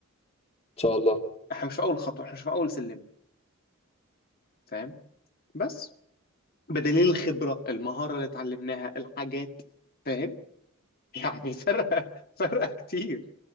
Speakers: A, on the left; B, on the left.
A: ان شاء الله
B: احنا مش في اول خطوه احنا مش في اول سلم فاهم بس بدليل الخبره المهاره اللي اتعلمناها الحاجات فاهم يعني <laughs> فرقه فرقه كتير